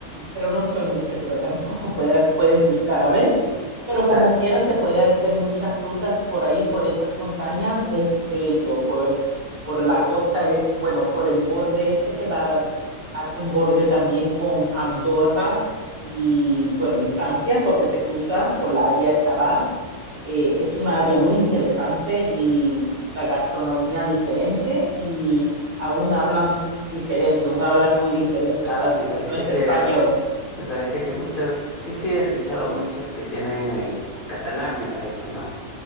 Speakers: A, on the right; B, on the left.
A: pero no estoy muy segura tampoco, <laughs> puede- puedes buscar a ver, pero
B: claro.
A: como quiera se puede hacer muchas rutas por ahí, por esas montañas, es bello, por, por la costa, es, bueno, por el borde este que va, hace un borde también con Andorra y bueno, y Francia, porque se cruza por la área esta Basque eh, es una área muy interesante y la gastronomía diferente y aún hablan diferente, un hablar muy diferente,
B: Ah,
A: no es,
B: me parece
A: no es
B: que
A: español.
B: Me parece que muchos, sí, sí, he escuchado muchos que tienen el catalán, me parece, ¿no?